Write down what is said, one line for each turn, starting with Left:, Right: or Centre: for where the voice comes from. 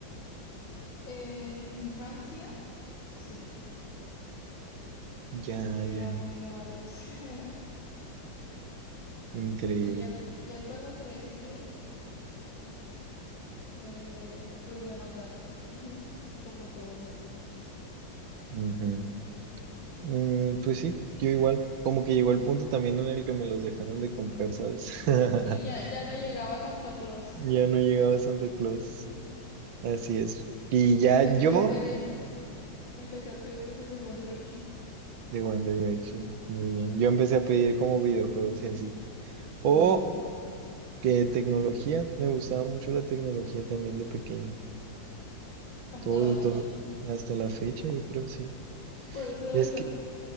Left: En mi infancia, sí. Sí,
Right: Ya,
Left: sí,
Right: ya.
Left: era muy de Barbies. <laughs>
Right: Increíble.
Left: Sí, ya, ya cuando crecí, eh, pues ya no tanto, <laughs> como todos los niños.
Right: Ujú. Mm, pues sí, yo igual. Como que llegó el punto también en el que me los dejaron de comprar, ¿sabes? <laughs>
Left: Sí, ya, ya no llegaba a Santo Claus.
Right: Ya no llegaba Santa Claus. Así es. Y ya
Left: Empecé
Right: yo
Left: a pedir, empecé a pedir cosas de One Direction.
Right: de One Direction. Muy bien. Yo empecé a pedir como videojuegos y así. O
Left: Mm,
Right: que tecnología. Me gustaba mucho la tecnología también de pequeño.
Left: Hasta
Right: Todo,
Left: la fecha.
Right: todo. Hasta la fecha, yo creo, sí.
Left: Por eso eres
Right: Es que,
Left: así.